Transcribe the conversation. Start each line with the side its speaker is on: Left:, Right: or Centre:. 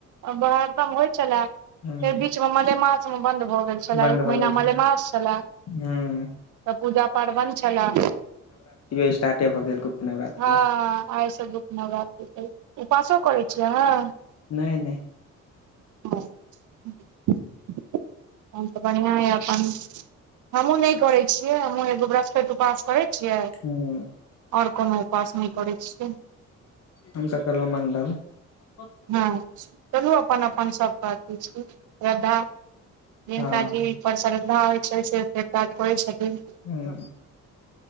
Right: हरदम होइ छलए
Left: हुं
Right: फेर बीचमे मलेमासमे बन्द भऽ गेल छलय
Left: बन्द
Right: एक
Left: भऽ
Right: महीना
Left: गेल छै
Right: मलेमास छलय
Left: हुं
Right: तऽ पूजा पाठ बंद छलॉ
Left: स्टार्ट भऽ गेल नवरात्रि
Right: हँ आइ सब बूना बात उपासो करै छियै आहा
Left: नहि नहि
Right: हँ हम तऽ बढ़आं यऽ अपन हमहुँ नहि करै छियै हमहुँ एगो बरहस्पति उपास करैत छियै आओर
Left: हुं
Right: कोनो उपास नहि करैत छियै
Left: हमस करलहुँ मंगल हुं
Right: हँ चलू अपन अपन सबके अथी छी श्रद्धा जिनका
Left: हँ
Right: जे पर श्रद्धा होइ छै से फे कात करै छथिन
Left: ह